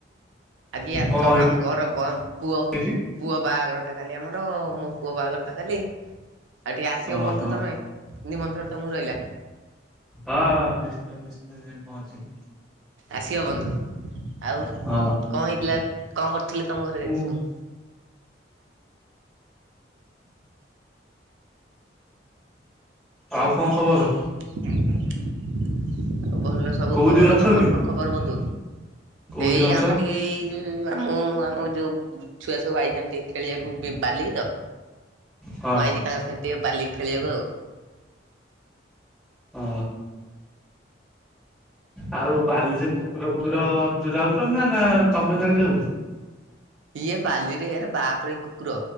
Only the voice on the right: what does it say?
ଆଜି ଆସ
ଆମ ଘର ବନ୍ଦ ପୁଅ
ପୁଅ ବାହାଘର ଟା କାଲି ଆମର ମୋ ପୁଅ ବାହାଘର ଟା କାଲି। ଆଉ ଟିକେ ଆସିବ
ବନ୍ଧୁ ତମେ ନିମନ୍ତ୍ରଣ ତମକୁ ରହିଲା।
ଆସିବ ବନ୍ଧୁ ଆଉ କଣ
ହେଇଥିଲା କଣ କରିଥିଲେ ତମ ଘରେ
ଆଜି ସବୁ?
<inaudible> ଆଉ ଭଲ ସବୁ
ଖବର
ତମର
କଣ ଖବର ବନ୍ଧୁ?
ଏଇ
ଆମେ ଟିକେ ଏଇ ଉଁ ଆମୁଁ ଆମ ଯୋଉ ଛୁଆ ସବୁ ଆଇଚନ୍ତି ଖେଳିବାକୁ ବାଲିକି ତ
ମୁଁ ଆଇଚି ତାଙ୍କ ସାହିତ ଟିକଏ ବାଲିକ ଖେଳିବାକୁ ଆଉ।
ଇଏ ବାଲିରେ ଏର ବାପରେ ଏଇ କୁକୁର